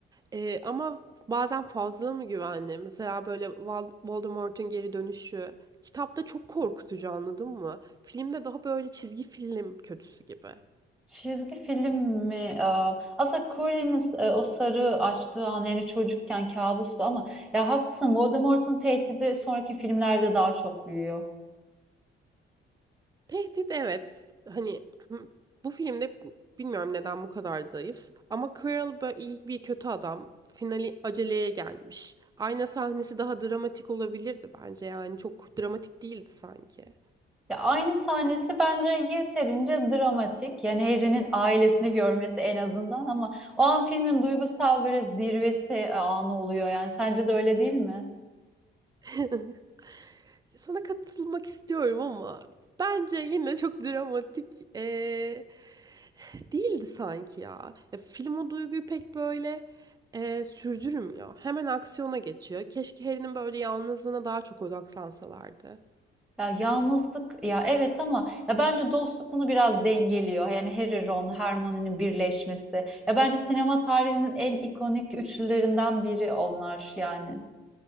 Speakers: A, on the right; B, in the centre.
A: Ee, ama bazen fazla mı güvenli? Mesela böyle Val- Voldemort'un geri dönüşü. Kitapta çok korkutucu anladın mı? Filmde daha böyle çizgi film kötüsü gibi.
B: Çizgi film mi? Ee, Aslında Colin'in e, o sarı açtığı an yani çocukken kabustu ama ya haklısın Voldemort'un tehdidi sonraki filmlerde daha çok büyüyor.
A: Tehdit evet. Hani <clears throat> hı, bu filmde bilmiyorum neden bu kadar zayıf. Ama Quirrell böyle iyi bir kötü adam. Finali aceleye gelmiş. Ayna sahnesi daha dramatik olabilirdi bence. Yani çok dramatik değildi sanki.
B: Ya aynı sahnesi bence yeterince dramatik. Yani Harry'nin ailesini görmesi en azından ama o an filmin duygusal böyle zirvesi e, anı oluyor. Yani sence de öyle değil mi?
A: <laughs> Sana katılmak istiyorum ama bence yine çok dramatik. Ee, Değildi sanki ya. Ya film o duyguyu pek böyle e, sürdürmüyor. Hemen aksiyona geçiyor. Keşke Harry'nin böyle yalnızlığına daha çok odaklansalardı.
B: Ya yalnızlık ya evet ama ya bence dostluk bunu biraz dengeliyor. Yani Harry, Ron, Hermione'nin birleşmesi. Ya bence sinema tarihinin en ikonik üçlülerinden biri onlar yani.